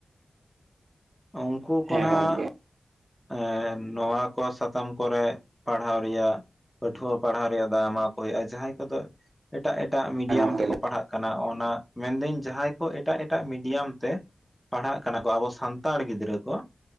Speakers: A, in the centre; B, on the right (about 60°).
A: ᱩᱱᱠᱩ ᱠᱚ
B: ᱦᱮᱸ
A: ᱱᱟᱜ
B: ᱜᱚᱢᱠᱮ
A: ᱮ ᱱᱚᱣᱟ ᱠᱚ ᱥᱟᱛᱟᱢ ᱠᱚᱨᱮ ᱯᱟᱲᱦᱟᱣ ᱨᱮᱭᱟᱜ ᱾ ᱯᱟᱹᱴᱷᱩᱣᱟᱹ ᱯᱟᱲᱦᱟᱣ ᱨᱮᱭᱟᱜ ᱫᱟᱣ ᱮᱢᱟ ᱠᱚ ᱦᱩᱭᱩᱜᱼᱟ ᱡᱟᱦᱟᱸᱭ ᱠᱚᱫᱚ ᱮᱴᱟᱜ ᱮᱴᱟᱜ ᱢᱤᱰᱤᱭᱟᱢ
B: ᱦᱮᱸ ᱜᱚᱢᱠᱮ
A: ᱛᱮᱠᱚ ᱯᱟᱲᱦᱟᱜ ᱠᱟᱱᱟ, ᱚᱱᱟ ᱢᱮᱱᱫᱟᱹᱧ ᱡᱟᱦᱟᱸᱭ ᱠᱚ ᱮᱴᱟᱜ ᱮᱴᱟᱜ ᱢᱤᱰᱤᱭᱟᱢ ᱛᱮ ᱯᱟᱲᱦᱟᱜ ᱠᱟᱱᱟ ᱠᱚ ᱟᱵᱚ ᱥᱟᱱᱛᱟᱲ ᱜᱤᱫᱽᱨᱟᱹ ᱠᱚ᱾